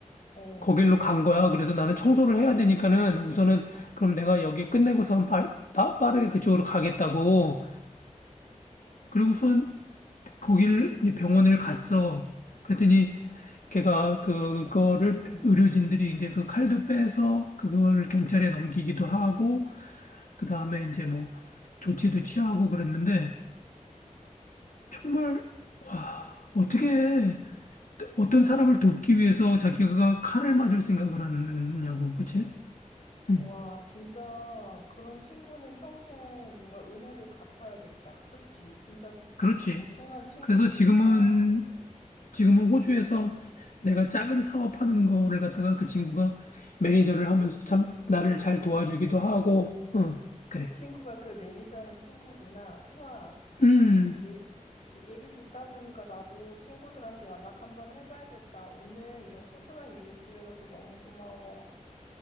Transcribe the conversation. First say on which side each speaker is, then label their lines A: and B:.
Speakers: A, on the left (about 60°); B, on the left (about 80°).
A: 어,
B: 거길로 간 거야. 그래서 나는 청소를 해야 되니까는 우선은 그럼 내가 여기 끝내고선 빠, 빠, 빠르게 그쪽으로 가겠다고. 그리고선 거길 이제 병원을 갔어. 그랬더니 걔가 그, 그거를
A: 응,
B: 의료진들이 이제 그 칼도 빼서 그걸 경찰에 넘기기도 하고 그다음에 이제 뭐 조치도 취하고 그랬는데 정말 와, 어떻게 해. 어떤
A: 와.
B: 사람을 돕기 위해서 자기가 칼을 맞을 생각을 하느냐고, 그치? 음,
A: 와, 진짜 그런 친구는 평생 뭔가 은혜를 갚아야겠다. 그치? 진짜
B: 그렇지.
A: 엄청난 친구를
B: 그래서 지금은,
A: 뒀다.
B: 지금은 호주에서 내가 작은 사업하는 거를 갖다가 그 친구가 매니저를 하면서 참 나를
A: 아,
B: 잘 도와주기도 하고, 어, 그래.
A: 그 친구가 그 매니저는 친구구나. 우와,
B: 음,
A: 얘, 얘기 듣다 보니까 나도 친구들한테 연락 한번 해봐야겠다. 오늘 이런 소중한 얘기 들려줘서 너무 고마워.